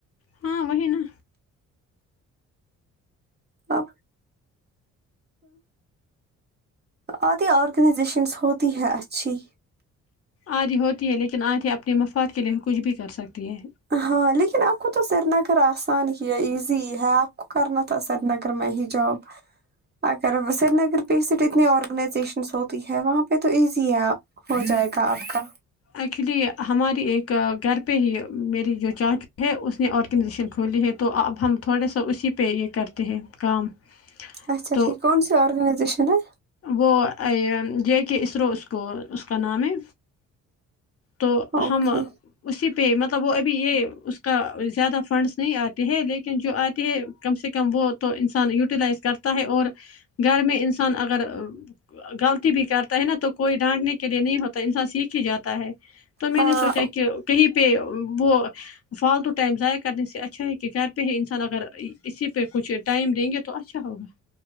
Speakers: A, on the left; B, on the right.
A: ہم وہی نا
B: ہاب ادھی ارگنائزیشن ہوتی ہے اچھی
A: ادھی ہوتی ہے لیکن ا کے اپنے مفاد کے لیے کچھ بھی کر سکتی ہے
B: ہاں لیکن آپ کو تو سری نگر اسان ہی ہے ایزی ہے اپ کو کرنا تو سری نگر میں ہی جاب اگر سری نگر پہ اتنی ارگنائزیشنس ہوتی ہے وہاں پہ تو ایزی ہے ہو جائے گا اپ کا
A: ایکیولی ہماری ایک گھر پہ ہی میری جو چا ہے اس نے ارگنائزیشن کھولی ہے تو تو اب ہم تھوڑے سہ اسی پہ ہی کرتے ہیں کام
B: اچھا
A: تو
B: ٹھیک کون سی ارگنائزیشن ہے
A: وہ جے کے اسرو اس کو اس کا نام ہے تو
B: اوکے
A: ہم اسی پہ مطلب وہ ابھی اس کا زیادہ فنڈز نہیں اتے ہیں لیکن جو اتی ہے کم سے کم وہ تو انسان بیوٹیلائز کرتا ہے اور گھر میں انسان اگر غلطی بھی کرتا ہے نا تو کوئی ڈانٹ نے کے لیے نہیں ہوتا انسان سیکھ ہی جاتا ہے تو میں
B: ہاں
A: نے سوچا کہ کہیں پہ وہ فالتو ٹائم ضائع کرنے سے اچھا ہے کہ گھر پہ انسان اگر اسی پہ کچھ ٹائم دیں گے تو اچھا ہوگا